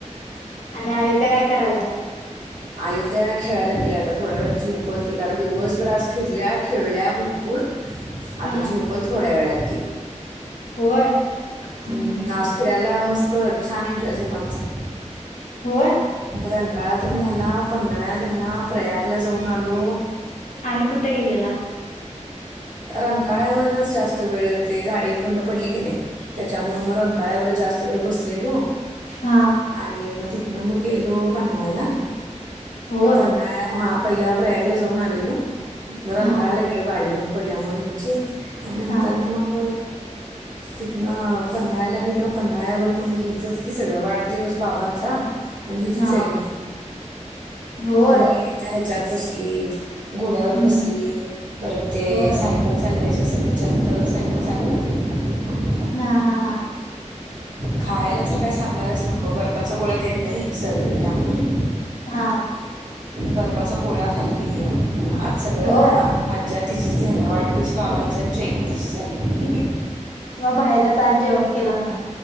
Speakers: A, on the left; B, on the right.
A: आणि अयोध्या काय कराल्या?
B: अयोध्या खेळायला लागल्या आता थोड्या वेळात झोपल ती कारण दिवसभर आज फिरल्या खेळल्या भरपूर आता
A: हा
B: झोपल थोड्या वेळात ती.
A: होय. हम्म
B: अम् आज फिरायला मस्त छान एन्जॉय झाला आमचा.
A: होय.
B: रंकाळा पण झाला पन्हाळा झाला प्रयागला जाऊन आलो.
A: आणि कुठे गेलेला?
B: रंकाळ्यावरच जास्त त वेळ ते गाडी एक बंद पडली. घे नाही त्याच्यामुळ मग रंकाळ्यावरचं जास्त वेळ बसलेलो
A: हा
B: आणि मग ति नम गेलो पन्हाळ्याला
A: होय
B: पन्हाळ्या हा पहिला प्रयागला जाऊन आलेलो. न रंकाळ्याला
A: हा
B: गेलो गाडी बण पडल्यामुळं ह्यांचे आण नंतरन
A: हा
B: मग तिथनं पन्हाळ्याला गेलो पन्हाळ्यावर मग हिचंच कि सगळं वाढदिवस बाबांचा आणि हि जी
A: हा
B: चैनी
A: होय
B: हि त्या ह्याच्यात बस ली. घोड्यावर
A: हम्म
B: बसली परत हे
A: होय
B: सायकल चा लवायचे असल त्याच्यात सायकल चालवली.
A: ह हा हा.
B: खायाला तर काय सांगायलाच नको बर्फाचा गोळा देत नाही सर्दी होत्या म्हणून
A: हा
B: बर्फाचा गोळा खाल्ली. आज सगळं
A: होय
B: आ मज्जा तिचीचं झाल्या वाढदिवस बाबांचा अन् चैन तिजी झाल्या.
A: मग बाहेरच आज जेवण केलं म्हणा.